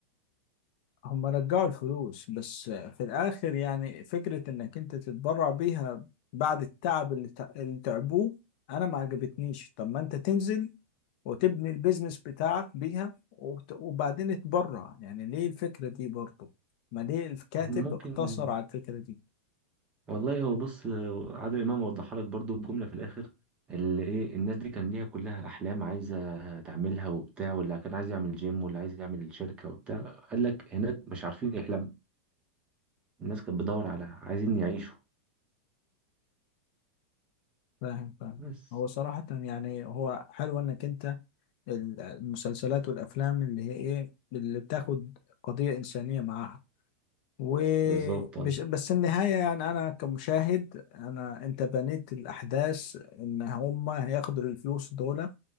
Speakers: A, on the left (about 40°); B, on the right (about 15°).
A: هم رجعوا الفلوس بس في الاخر يعني فكرة انك انت تتبرع بيها بعد التعب اللي, ت... اللي تعبوه انا ما عجبتنيش طب ما انت تنزل وتبني البيزنس بتاعك بيها وبت- وبعدين تبرع يعني ليه الفكرة دي برضه ما ليه الكاتب
B: هم ممكن
A: اقتصر على الفكرة دي
B: والله هو بص عادل امام وضحها لك برضو بجملة في الاخر اللي ايه الناس دي كان ليها كلها احلام عايزة تعملها وبتاع واللي كان عايز يعمل جيم واللي عايز يعمل شركة وبتاع قال لك هناك مش عارفين يحلموا الناس كانت بتدور على عايزين يعيشوا
A: فاهم فاهم
B: بس
A: هو صراحة يعني هو حلو انك انت ال- المسلسلات والافلام اللي هي ايه اللي بتاخد قضية انسانية معاها وبش
B: بالظبط أيوة.
A: بس النهاية يعني أنا كمشاهد أنا أنت بنيت الأحداث إن هما هياخدوا الفلوس دول